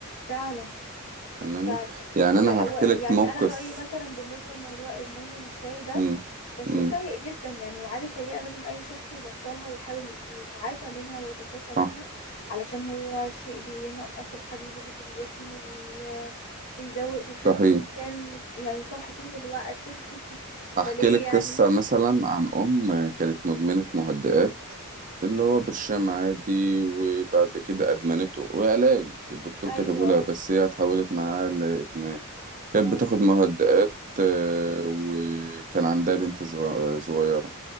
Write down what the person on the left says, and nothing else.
فعلا
فعلا
ويعني
انا رايي مثلا بالنسبه لموضوع ادمان الشاي ده
ده شيء
سيء جدا يعني وعادة سيئة لازم أي شخص يبطلها ويحاول ي- يتعافى منها ويتشافى
منها علشان هو شيء بينقص الحديد اللي في الجسم بي بيزوق بيخلي
الإنسان مش- يعني صاحي طول الوقت <laughs>
فليه
يعني
أيوة
اه
اه